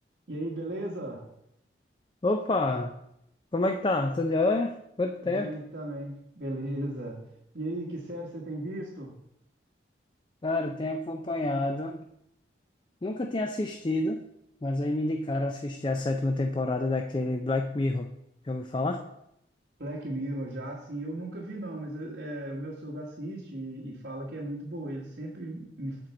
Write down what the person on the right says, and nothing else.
E aí, beleza?
Bem também, beleza. E aí, que série você tem visto?
Black Mirror, já assim, eu nunca vi não, mas eh, é, o meu sogro assiste e, e fala que é muito boa. Ele sempre me,